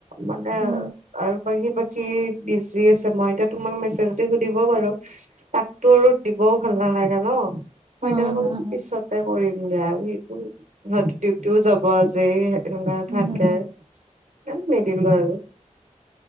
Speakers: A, on the right; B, on the right.
A: মানে
B: উম
A: আৰু বাকী -বাকী বিজি আছে মই এতিয়া তোমাক মেছেজ দি সুধিব পাৰো তাকতো আৰু দিবও ভাল নালাগে ন। মই
B: উম
A: সেইকাৰণে
B: হম
A: কছো পিছতে কৰিমগে আৰু সেইটো ডিউটিও যাব আছেই কিবা
B: হম
A: থাকে
B: হম
A: সে নিদিলো আৰু